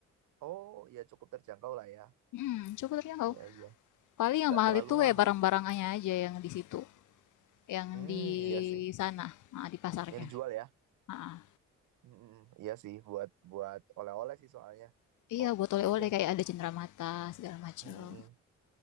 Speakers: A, on the right (about 80°); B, on the left (about 80°).
A: Oh, ya cukup terjangkau lah ya.
B: hmm, coba terjangkau
A: Iya, iya.
B: paling yang
A: nggak
B: mahal
A: terlalu
B: itu
A: mahal
B: ya barang-barangnya
A: sih.
B: aja yang di situ yang
A: Hmm,
B: di
A: iya sih.
B: sana ah, di pasarnya
A: Yang dijual ya?
B: Ah, ah.
A: Hmm, hmm, hmm. iya sih buat buat oleh-oleh sih soalnya.
B: iya
A: Oke
B: buat oleh-oleh
A: deh.
B: kayak ada cenderamata segala macam
A: Hmm, hmm, hmm.